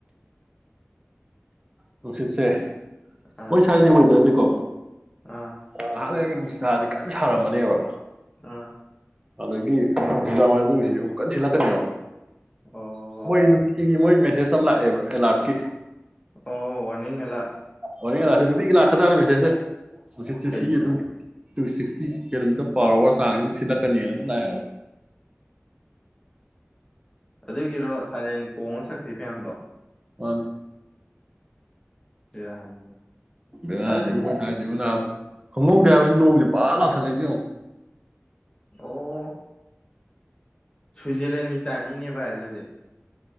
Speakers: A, on the right; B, on the left.
A: ꯅꯨꯡꯁꯤꯠꯁꯦ
B: ꯑꯥ
A: ꯃꯣꯏ ꯁꯥꯏꯗꯤ ꯋꯦꯗ꯭ꯔꯁꯦꯀꯣ
B: ꯑꯥ
A: ꯉꯍꯥꯛ ꯂꯩꯔꯒ ꯅꯨ ꯁꯥꯁꯦ ꯀꯟ ꯁꯥꯔꯝꯃꯅꯦꯕ
B: ꯑꯥ
A: ꯑꯗꯒꯤ ꯅꯨꯡꯗꯥꯡ ꯋꯥꯏꯔꯝꯁꯦ ꯅꯨꯡꯁꯤꯠꯁꯦ ꯀꯟ ꯁꯤꯠꯂꯛꯀꯅꯦꯕ
B: ꯑꯣ
A: <inaudible> <inaudible> ꯃꯣꯏ ꯃꯦꯁꯦꯖ ꯑꯃ ꯂꯥꯛꯑꯦꯕ ꯑꯦꯂꯥꯔꯠꯀꯤ
B: ꯑꯣ ꯋꯥꯅꯤꯡ ꯑꯔꯥꯠ
A: ꯋꯥ ꯂꯦꯒꯤ ꯂꯥꯛ ꯍ ꯆꯥ ꯃꯁꯦꯁꯦ <unintelligible> ꯅꯨꯡꯁꯤꯠ ꯁꯤ
B: ꯀꯩꯒꯤꯅꯣ
A: ꯁꯤꯒꯤ ꯑꯗꯨꯝ ꯇꯨ ꯁꯤꯛꯁꯇꯤ ꯀꯤꯂꯣꯃꯤꯇꯔ ꯄꯥꯔ ꯑꯋꯥꯔ ꯆꯥꯡꯁꯦ ꯑꯗꯨꯝ ꯁꯤꯜꯂꯛꯀꯅꯤꯅ ꯑꯗꯨꯝ ꯂꯥꯛꯑꯦꯕ
B: ꯑꯗꯨꯒꯤꯔꯣ ꯁꯥꯏꯂꯦꯟ ꯀꯣꯡꯉ ꯆꯛꯈꯔ꯭ꯤ ꯃꯌꯥꯝꯗꯣ
A: ꯃꯥꯅꯤ
B: ꯕꯦꯔꯥꯅꯤ
A: ꯕꯦꯔꯥꯅꯤꯕꯣ
B: ꯑꯗꯨꯗꯤ
A: ꯃꯣꯏ ꯁꯋ꯭ꯥꯏꯁꯦ ꯅꯥꯕ ꯈꯪꯍꯧꯗꯦ ꯍꯥꯏꯕ ꯅꯣꯡꯁꯦ ꯄꯔ ꯂꯥꯛꯁꯜꯂꯛꯏꯁꯦ ꯌꯦꯡꯉꯣ
B: ꯑꯣ ꯁ꯭ꯋꯤꯖꯔꯂꯦꯟꯒꯤ ꯇꯥꯏꯞꯅꯤꯡꯅꯦ ꯚꯥꯏ ꯍꯥꯏꯗꯣ ꯦ <unintelligible>